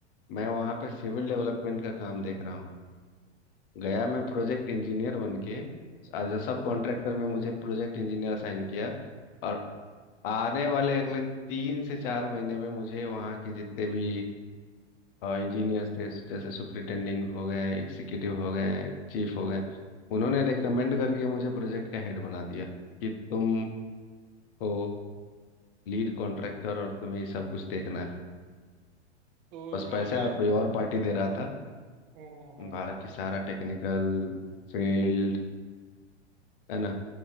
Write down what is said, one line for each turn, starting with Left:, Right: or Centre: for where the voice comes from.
Left: मैं वहाँ पे सिविल डेवलपमेंट का काम देख रहा हूँ गया मैं प्रोजेक्ट इंजीनियर बन के एज अ सब कॉन्ट्रैक्टर में मुझे प्रोजेक्ट इंजीनियर असाइन किया और आने वाले अगले तीन से चार महीने में मुझे वहाँ के जितने भी इंजीनियर्स थे जैसे सुपरिटेंडिंग हो गए एग्जीक्यूटिव हो गए चीफ हो गए उन्होंने रिकमेंड करके मुझे प्रोजेक्ट का हेड बना दिया कि तुम हो लीड कॉन्ट्रैक्टर और तुम्हें ही सब कुछ देखना है
Right: तो
Left: बस
Right: यहाँ
Left: पैसा
Right: पे
Left: कोई और पार्टी दे रहा था
Right: हाँ, हाँ, हाँ।
Left: बाकी सारा टेक्निकल फील्ड है ना